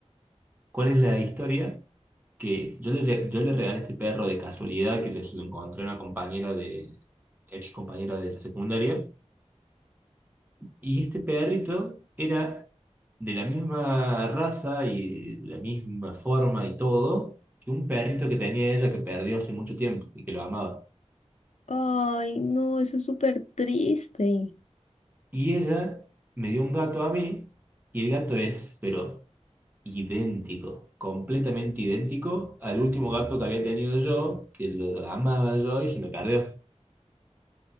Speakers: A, on the right; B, on the left.
A: ¿Cuál es la historia? Que yo le, re- yo le regalé este perro de casualidad que le- se lo encontré a una compañera de, ex compañera de la secundaria. Y este perrito era de la misma raza y de la misma forma y todo que un perrito que tenía ella que perdió hace mucho tiempo y que lo amaba.
B: Ay, no, eso es súper triste.
A: Y ella me dio un gato a mí y el gato es, pero idéntico, completamente idéntico al último gato que había tenido yo, que lo amaba yo y se me perdió.